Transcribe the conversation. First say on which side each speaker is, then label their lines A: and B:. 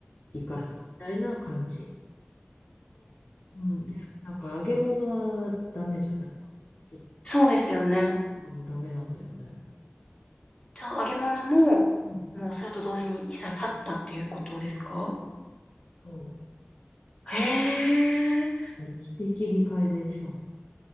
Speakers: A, on the left; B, on the left.
A: 生かすみたいな感じ。うん。で、なんか揚げ物はダメじゃない。ちょっ
B: そうですよね。
A: ともうダメなんだよね。
B: じゃあ揚げ物も、
A: うん。
B: もうそれと同時に一切立ったっていうことですか
A: そう。
B: へえ。
A: 劇的に改善したの。